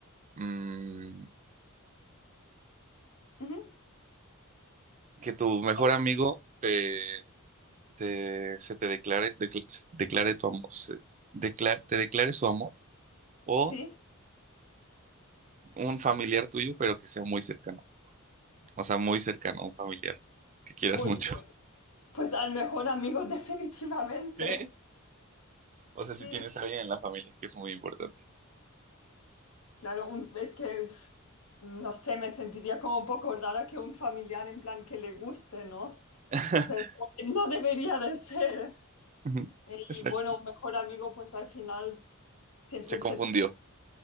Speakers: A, on the right; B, on the left.
A: Mm,
B: Ujú.
A: ¿que tu mejor
B: A ver,
A: amigo te, te- se te declare, decl- se- declare tu amor, se- decla- te declare su amor? ¿O
B: Sí.
A: un familiar tuyo, pero que sea muy cercano? O sea, muy cercano, un familiar que quieras
B: Uy,
A: mucho. <laughs>
B: pues al mejor amigo <laughs> definitivamente.
A: Sí.
B: Sí,
A: O sea, si tienes a alguien en la familia, que es muy importante.
B: claro, un- es que, pf, no sé, me sentiría como un poco rara que un familiar en plan que le guste, ¿no?
A: <laughs>
B: O sea, es como que no debería de ser.
A: Ujú,
B: Eh,
A: Exacto.
B: Y bueno, un mejor amigo, pues al final siempre
A: Se confundió.
B: se,